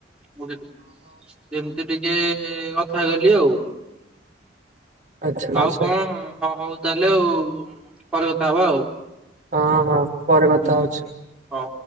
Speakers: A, in the centre; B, on the right.
A: ମୁଁ ଟିକେ ଏମିତି ଟିକେ ଏ ଏ କଥା କଲି ଆଉ।
B: ଆଚ୍ଛା ଆଚ୍ଛା
A: ଆଉ କଣ? ହଁ ହଉ ତାହେଲେ ଆଉ ପରେ କଥା ହବା ଆଉ।
B: ହାଁ ହଁ ପରେ
A: ହୁଁ
B: କଥା ହଉଛି।
A: ହଉ।